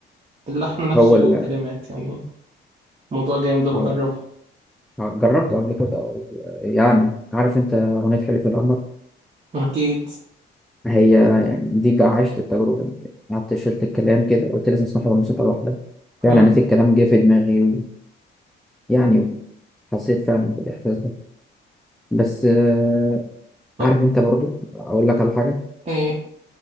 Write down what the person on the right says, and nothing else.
اللحن نفسه
هو كلمات يعني موضوع جامد بجربه
أكيد
مم.
طب
إيه